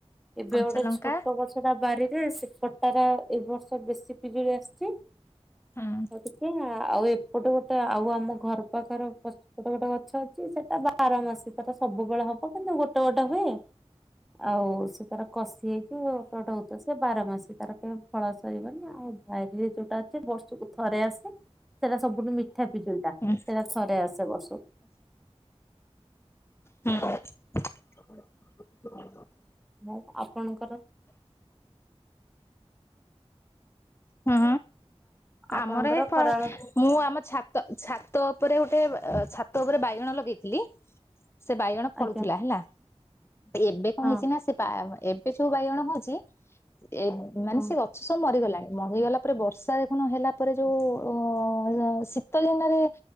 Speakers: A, in the centre; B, on the left (about 25°).
A: ଏବେ
B: କଞ୍ଚା
A: ଗୋଟେ
B: ଲଙ୍କା
A: ଛୋଟ ଗଛ ଟା ବାରି ଯେ ସେ କଟାରା ଏ ବର୍ଷ ବେଶୀ ପିଜୁଳି ଆସିଛି।
B: ହୁଁ
A: ଗ ଟିକେ। ଆଉ ଏପଟେ ଗୋଟେ ଆଉ ଆମ ଘର ପାଖର ପଛପଟେ ଗୋଟେ ଗ ଛ ଅଛି ସେଟା ବାର ମାସିକ ଟା ସବୁବେଳେ ହବ କିନ୍ତୁ ଗୋଟେ ଗୋଟେ ହୁଏ। ଆଉ ସେ ତାର କସି। ଟ ଏପଟ ହୁତା। ବାର ମାସ ତାର କେ ଫଳସାରିବନି, ଆଉ ଭାଇରେ ଯୋଉଟା ଅଛି। ବର୍ଷକୁ ଥରେ ଆସେ। ସେଟା ସବୁଠୁ ମିଠା ପିଜୁଳିଟା।
B: ହୁଁ
A: ସେଟା ଥରେ ଆସେ ବର୍ଷକୁ।
B: ହୁଁ <inaudible>
A: ହଁ, ଆପଣଙ୍କର <inaudible>
B: ହୁଁ ଆମର
A: ଆପଣଙ୍କର
B: ଏ
A: ଖରାବେଳ
B: ମୁଁ ଆମ ଛା ଛାତ ଉପରେ ଗୋଟେ ଛାତ ଉପରେ ବାଇଗଣ ଲଗେଇଥିଲି। ସେ ବାଇଗଣ
A: ଆଜ୍ଞା
B: ଫଳୁଥିଲା ହେଲା। ତ, ଏବେ କଣ
A: ହଁ
B: ହେଇଛି ନା ସେ ପା ଏବେ ସବୁ ବାଇଗଣ ହଉଛି। ଏ ମାନେ
A: ହଁ
B: ସେ ଗଛ ସବୁ ମରିଗଲାଣି। ମରିଗଲା ପରେ ବର୍ଷା ଦେଖୁନ ହେଲା। ପରେ ଯୋଉ ଅ ଶୀତ ଦିନରେ